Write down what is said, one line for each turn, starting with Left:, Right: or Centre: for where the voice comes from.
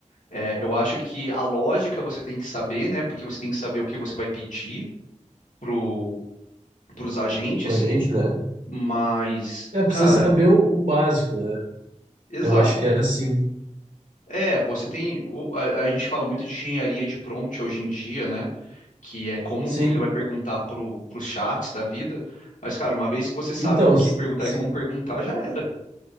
Left: É, eu acho que a lógica você tem que saber, né? Porque você tem que saber o que você vai pedir pro, pros agentes,
Right: Pra gente, né?
Left: mas,
Right: É, precisa
Left: cara,
Right: saber o, o básico, né?
Left: exato.
Right: Eu acho que é assim.
Left: É, você tem. o- A, a gente fala muito de engenharia de prompt hoje em dia, né? Que é como
Right: Sim.
Left: você vai perguntar pro pros chats da vida. Mas, cara, uma vez que você sabe
Right: Então,
Left: o que
Right: se,
Left: perguntar
Right: se-
Left: e como perguntar, já era.